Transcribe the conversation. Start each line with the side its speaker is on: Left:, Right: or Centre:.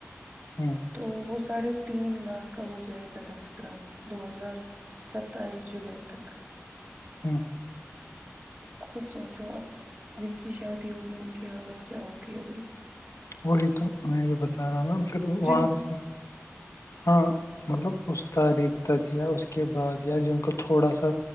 Left: <unintelligible>
Right: تو وہ ساڑھے تین لاکھ کا ہو جائے گا دس گرام دو ہزار ستائیس جولائی تک
Left: <unintelligible>
Right: خود سوچو اب جن کی شادی ہوگی ان کی حالت کیا ہوگی ابھی
Left: وہی تو میں بھی بتا رہا ہوں نا پھر وہاں
Right: جن
Left: سے ہاں مطلب اس تاریخ تک یا اس کے بعد یا جن کو تھوڑا سا